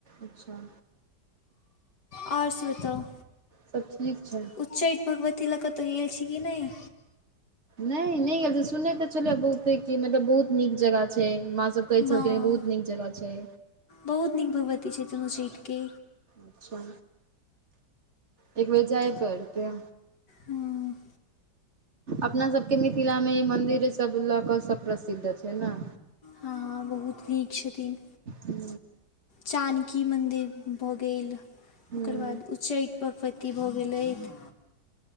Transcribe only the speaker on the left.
आओर सब बताउ
उच्चैठ भगवती लए कतहु गेल छी कि नहि?
वाह
बहुत नीक भगवती छथि उच्चैठ के।
हँ
हँ बहुत नीक छथिन
जानकी मन्दिर। भऽ, गेल
ओकर बाद उच्चैठ भगवती भऽ, गेलथि।